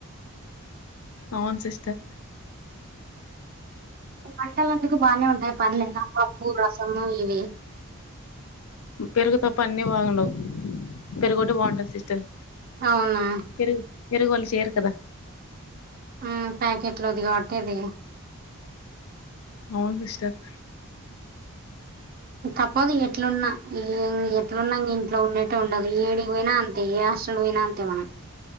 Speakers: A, on the left; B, on the right.
A: అవును సిస్టర్
B: వంట లెందుకు బానే ఉంటాయి. పర్లేదా పప్పు, రసము ఇవి
A: పెరుగు తప్ప అన్నీ బాగుండవు. పెరుగోటి బాగుంటాది సిస్టర్.
B: అవునా
A: పెరుగు పెరుగు వాళ్ళు చేయరు కదా?
B: మ్ ప్యాకెట్ లోది కాబట్టి అది
A: అవును సిస్టర్
B: తప్పదు ఎట్లున్న, ఎట్లున్నా ఇంట్లో ఉన్నట్టు ఉండదు ఏడికి పోయినా ఏ హాస్టల్ కి పోయినా అంతే మనం